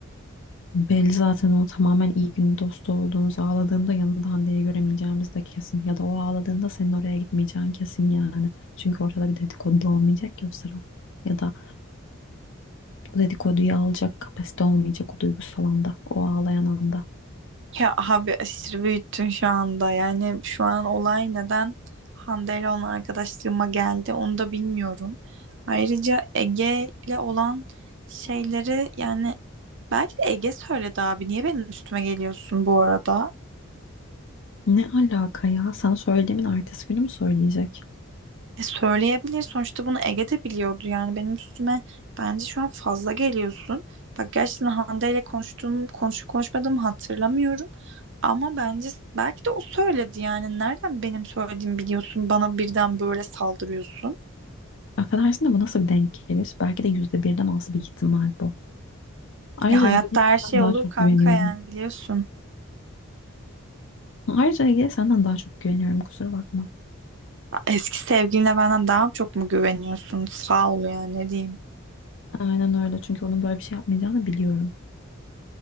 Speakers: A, on the left; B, on the right.
A: Belli zaten o tamamen iyi gün dostu olduğunuz ağladığında yanında Hande'yi göremeyeceğimiz de kesin. Ya da o ağladığında senin oraya gitmeyeceğin kesin yani. Çünkü ortada bir dedikodu da olmayacak ya o sıra. Ya da o dedikoduyu alacak kapasite olmayacak o duygusal anda. O ağlayan anda.
B: Ya abi aşırı büyüttün şu anda. Yani şu an olay neden Hande ile olan arkadaşlığıma geldi onu da bilmiyorum. Ayrıca Ege ile olan şeyleri yani belki de Ege söyledi abi. Niye benim üstüme geliyorsun bu arada?
A: Ne alaka ya? Sana söylediğimin ertesi günü mü söyleyecek?
B: E söyleyebilir. Sonuçta bunu Ege de biliyordu. Yani benim üstüme bence şu an fazla geliyorsun. Bak gerçekten Hande ile konuştuğum, konuşup konuşmadığımı hatırlamıyorum. Ama bence belki de o söyledi yani. Nereden benim söylediğimi biliyorsun? Bana birden böyle saldırıyorsun.
A: Affedersin de bu nasıl bir denk gelir? Belki de yüzde birden az bir ihtimal bu. Ayrıca
B: Ya hayatta
A: Ege'ye senden
B: her şey
A: daha
B: olur
A: çok
B: kanka
A: güveniyorum.
B: yani biliyorsun.
A: Ayrıca Ege'ye senden daha çok güveniyorum kusura bakma.
B: Eski sevgiline benden daha çok mu güveniyorsun? Sağ ol ya ne diyeyim.
A: Aynen öyle çünkü onun böyle bir şey yapmayacağını biliyorum.